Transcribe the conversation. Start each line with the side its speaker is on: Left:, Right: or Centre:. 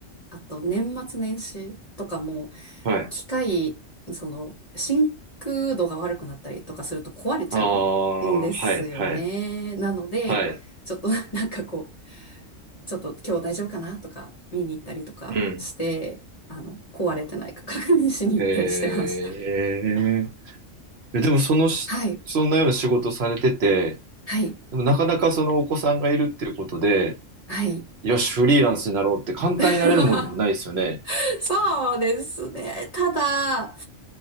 Left: あと年末年始とかも
Right: はい。
Left: 機械、その真空度が悪くなったりとかすると壊れちゃうんですよね。
Right: ああ、はいはい。
Left: なので、
Right: はい。
Left: ちょっとなんかこう、ちょっと今日大丈夫かなとか見に行ったりとかして、
Right: うん。
Left: あの、壊れてないか <laughs> 確認しに行ったりしてました。
Right: へえ、え、でもそのし、
Left: そう。はい。
Right: そんなような仕事されてて、
Left: はい。
Right: でもなかなかそのお子さんがいるっていうことで、
Left: はい。
Right: よし、フリーランスになろうって簡単になれるもんでもないですよね。
Left: <laughs> そうですね。ただ、